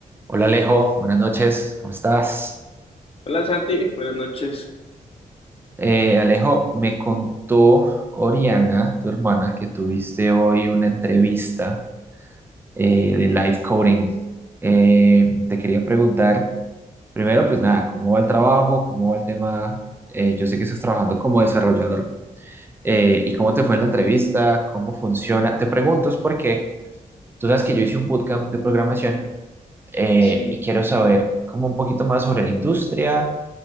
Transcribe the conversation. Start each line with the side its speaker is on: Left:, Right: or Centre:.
Right: Hola Alejo, buenas noches, ¿cómo estás?
Left: Hola Santi, buenas noches.
Right: Eh, Alejo, me contó Oriana, tu hermana, que tuviste hoy una entrevista eh, de live coding. Eh, te quería preguntar, primero, pues nada, ¿cómo va el trabajo? ¿Cómo va el tema? Eh, yo sé que estás trabajando como desarrollador. Eh, ¿y cómo te fue en la entrevista? ¿Cómo funciona? Te pregunto es porque tú sabes que yo hice un bootcamp de programación eh,
Left: Sí,
Right: y quiero saber como un poquito más sobre la industria,